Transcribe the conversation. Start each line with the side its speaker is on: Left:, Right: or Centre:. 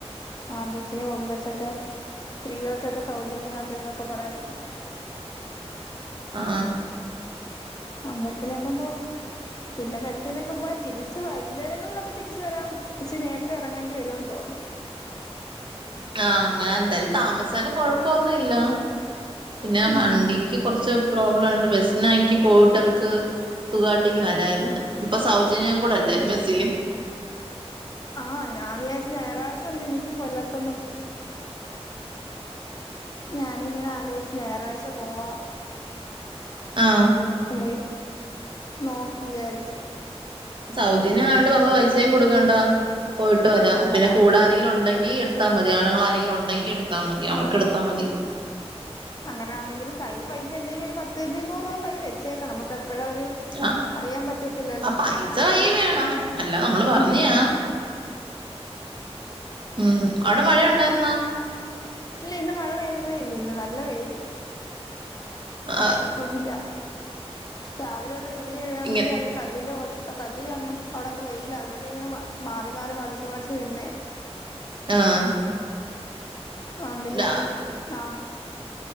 Left: ആഹ് ബസ്സിന് പോകും ബസ്സൊക്കെ സ്ത്രീകൾക്കൊക്കെ സൗജന്യ യാത്രേന്നൊക്കെ പറയുന്നല്ലോ
Right: ആഹ്
Left: ആഹ് ബസിനപ്പം പോ പിന്നെ ബസ്സിനൊക്കെ പോയാൽ തിരിച്ച് വൈകുന്നേരങ്ങളിലൊക്കെ തിരിച്ച് വരാൻ ഇച്ചിരി നേരത്തെ ഇറങ്ങേണ്ടി വരുവെന്ന് തോന്നുന്നു
Right: ആഹ് അങ്ങനെ എന്തായാലും താമസിച്ചാലും കൊഴപ്പവൊന്നും ഇല്ല പിന്നെ വണ്ടിക്ക്
Left: ആഹ്
Right: കൊറച്ച് പ്രോബ്ലായോണ്ട് ബസിനാണെങ്കി പോയിട്ട് നമുക്ക് സുഖവായിട്ടിങ്ങ് വരാരുന്നു ഇപ്പ സൗജന്യം കൂടെ അല്ലേ ബസ്സില്
Left: ആഹ് ഞാൻ വിചാരിച്ച് ഞായറാഴ്ച ഒന്ന് എനിക്കും കൊല്ലത്തൊന്ന് ഞാനും ഇങ്ങനെ ആലോചിച്ച് ഞായറാഴ്ച പോവാം
Right: ആഹ്
Left: ലെ നോക്കും വിചാരിച്ച്
Right: സൗജന്യം ആയോണ്ട് നമ്മള് പൈസയും കൊടുക്കേണ്ട പോയിട്ട് വരാം
Left: അങ്ങനെ
Right: പിന്നെ കൂടാ രെങ്കിലും ഉണ്ടെങ്കി എടുത്താ മതി ആണ്ണുങ്ങൾ ആരെങ്കിലും ഉണ്ടെങ്കി എടുത്താ മതി അവർക്ക്
Left: ആഹ്
Right: എടുത്താൽ മതി
Left: അങ്ങനാന്നെങ്കിലും കൈയിൽ പൈസ എന്തെങ്കിലും ഒരു പത്ത് ഇരുന്നൂറ് രൂപ കൈയിൽ വെച്ചേക്കണം നമുക്ക് എപ്പഴാ ഒരു
Right: ആഹ്
Left: അറിയാൻ പറ്റത്തില്ലല്ലോ
Right: ആ പൈസ കൈയിൽ വേണം അല്ല നമ്മള് പറഞ്ഞയാ
Left: ഉം
Right: ഉം അവിടെ മഴയുണ്ടാരുന്നോ
Left: ഇല്ല ഇന്ന് മഴ പെയ്തതേ ഇല്ല ഇന്ന് നല്ല വെയില്
Right: ആഹ്
Left: <unintelligible> രാവിലെ തൊട്ട് തുണി കഴുകാൻ
Right: ഇങ്ങ
Left: വേണ്ടി അത കല്ലിന്റെ ഒത്ത കല്ലിൽ അങ്ങ് അവിടങ്ങ് വെയിലാ അതുകൊണ്ട് ഞാൻ മാറി മാറി മടിച്ച് മടിച്ച് നിന്നയാ
Right: ആഹ്
Left: ആഹ് എന്തൊക്കെയാ
Right: രാവി
Left: ആ